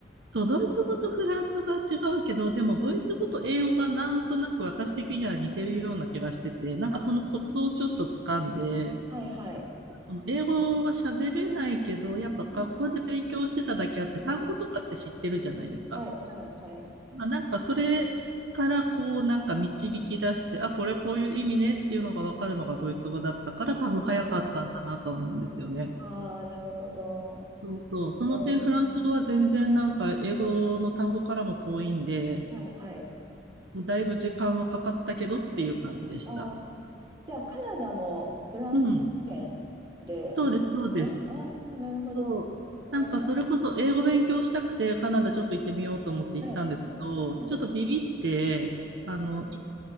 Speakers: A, on the right (about 70°); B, on the right (about 25°).
A: そう、ドイツ語とフランス語が違うけど、でもドイツ語と英語がなんとなく私的には似てるような気がしてて、なんかそのコツをちょっと掴んで、
B: あ、はいはい。
A: あの英語は喋れないけど、やっぱ学校で勉強してただけあって、
B: うん、ねうん、
A: 単語とかって知ってるじゃないですか。
B: はいはいはい。
A: まあなんかそれからこうなんか導き出して、あ、これこういう意味ねっていうのがわかるのがドイツ語だったから多分早かったんだなとは思うんですよね。
B: えー、ああ、なるほど。
A: そうそう。その点フランス語は全然なんか英語の単語からも遠いんで、
B: えー、はいはい。
A: もうだいぶ時間はかかったけどっていう感じでした。
B: あー、じゃあ、カナダもフランス圏で、
A: うん。そうです、そうです。
B: ああー、なるほど。
A: そう。なんかそれこそ英語勉強したくてカナダちょっと行ってみようと思って行ったんですけど、
B: えー、はいはいはい。
A: ちょっとビビって、あの、い